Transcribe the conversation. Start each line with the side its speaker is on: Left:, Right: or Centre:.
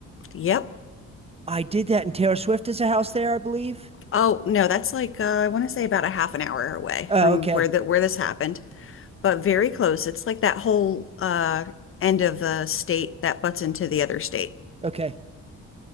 Left: Yep.
Right: I did that and Taylor Swift has a house there, I believe.
Left: Oh no, that's like uh, I want to say about a half an hour away
Right: Oh,
Left: from
Right: okay.
Left: where the where this happened, but very close. It's like that whole uh end of the state that butts into the other state.
Right: Okay.